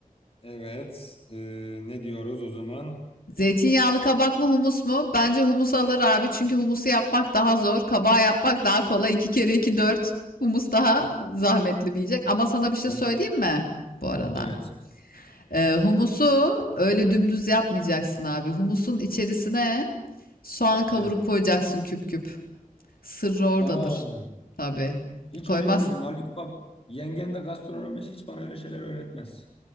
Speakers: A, on the left; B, on the left.
A: evet. Ee, ne diyoruz o zaman?
B: Zeytinyağlı kabak mı humus mu? Bence humus alır abi. Çünkü humusu yapmak daha zor. Kabağı yapmak daha kolay. 2 kere 2 4. Humus daha zahmetli bir yiyecek. Ama sana bir şey
A: Humus.
B: söyleyeyim mi? Bu arada.
A: Evet.
B: Ee, humusu öyle dümdüz yapmayacaksın abi. Humusun içerisine soğan kavurup
A: Evet.
B: koyacaksın küp küp. Sırrı oradadır.
A: Aa,
B: Tabii.
A: hiç
B: Koymaz.
A: öyle yemedim. Halbuki bak yengen de gastronomici hiç bana öyle şeyler öğretmez.